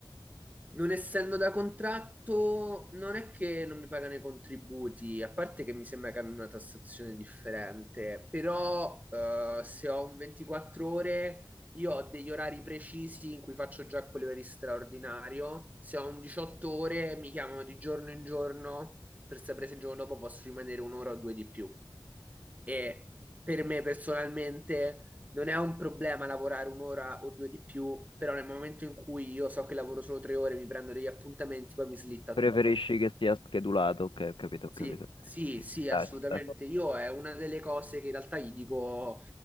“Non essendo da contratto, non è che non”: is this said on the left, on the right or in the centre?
Right